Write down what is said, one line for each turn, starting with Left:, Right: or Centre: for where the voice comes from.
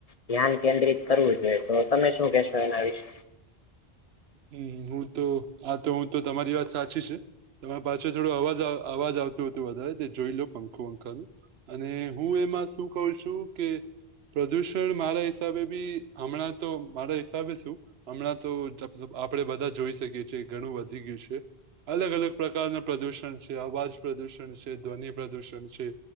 Left: ધ્યાન કેન્દ્રિત કરવું જોઈએ. તો તમે શું કેહેશો એના વિશે?
Right: હમ હું તો આ તો હું તો તમારી વાત સાચી છે. તમારા પાછળ થોડો અવાજ અવાજ આવતું હતું વધારે તે જોઈ લો પંખો વાંખાનું. અને હું એમાં શું કઉ છું કે પ્રદૂષણ મારા હિસાબે બી હમણાં તો મારા હિસાબે શું હમણાં તો જબ આપણે બધા જોઈ શકીએ છીએ, ઘણું વધી ગયું છે. અલગ અલગ પ્રકારના પ્રદુષણ છે, અવાજ પ્રદુષણ છે, ધ્વનિ પ્રદુષણ છે.